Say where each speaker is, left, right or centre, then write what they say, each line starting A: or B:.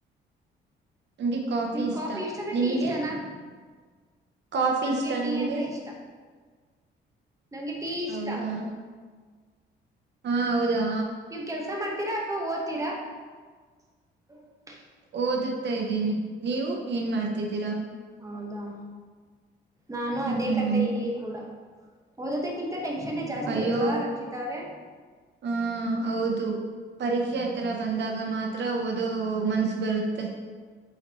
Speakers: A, on the right; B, on the right.
A: ನಮ್ಗೆ
B: ನಿಮ್
A: ಇಷ್ಟ
B: ಕಾಫಿ ಇಷ್ಟನಾ
A: ನಿಮಗೆ
B: ಟೀ ಇಷ್ಟನಾ
A: ಕಾಫಿ
B: ನನ್ಗೆ
A: ಇಷ್ಟ
B: ಟೀ
A: ನಿಮಗೆ
B: ಅಂದ್ರೆ ಇಷ್ಟ ನಮ್ಗೆ ಟೀ ಇಷ್ಟ
A: ಹೌದಾ ಹಾ
B: ಹ್ಮ್
A: ಹೌದಾ
B: ನೀವು ಕೆಲ್ಸ ಮಾಡ್ತ <unintelligible> ಅಥವಾ ಓದತೀರಾ ಹ
A: ಓದುತ್ತಾ ಇದ್ದೀನಿ ನೀವು ಏನ್ ಮಾಡ್ತಿದ್ದೀರಾ
B: ಹೌದಾ ನಾನು
A: ಹ್ಮ್
B: ಅದೇ ಕತೆ ಇಲ್ಲಿ ಕೂಡ ಓದೋದಕ್ಕಿಂತ ಟೆನ್ಷನ್ನೇ ಜಾಸ್ತಿ
A: ಅಯ್ಯೋ
B: ಅಲ್ವಾ ರಕ್ಷಿತ ಅವ್ರೆ
A: ಹ ಹೌದು ಪರೀಕ್ಷೆ ಹತ್ರರ ಬಂದಾಗ ಆಗ ಮಾತ್ರ ಓದು ಮನಸು ಬರುತ್ತೆ